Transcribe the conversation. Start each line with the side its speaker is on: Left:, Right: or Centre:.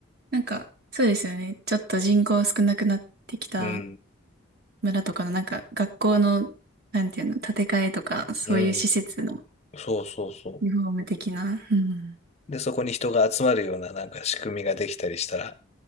Right: なんか、そうですよね。ちょっと人口少なくなってきた
Left: うん、
Right: 村とかの、なんか、学校の、なんていうの、建て替えとか、そういう施設の
Left: うん。そうそうそ
Right: リフォーム的な。うん。
Left: う。で、そこに人が集まるようななんか仕組みができたりしたら